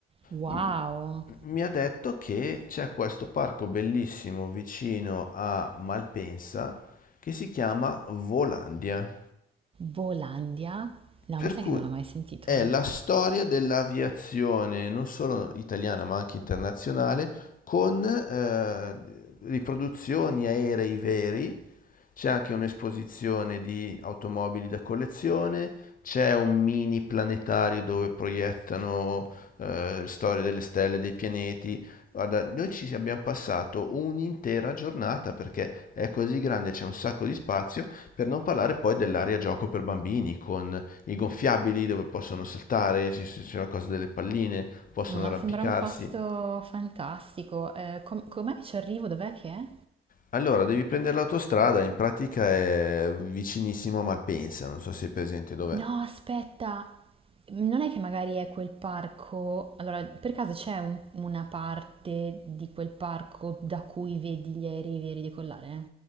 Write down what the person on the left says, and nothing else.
m- mi ha detto che c'è questo parco bellissimo vicino a Malpensa che si chiama Volandia.
Per
cui
è la storia dell'aviazione, non solo italiana ma anche internazionale, con eh, riproduzioni aerei veri, c'è anche un'esposizione di automobili da collezione, c'è un mini planetario dove proiettano eh, storie delle stelle, dei pianeti. Guarda, noi ci abbiamo passato un'intera giornata perché è così grande, c'è un sacco di spazio, per non parlare poi dell'area gioco per bambini con i gonfiabili dove possono saltare, ci- c'è la cosa delle palline, possono
arrampicarsi.
Allora, devi prendere l'autostrada, in pratica è vicinissimo a Malpensa, non so se è presente dov'è.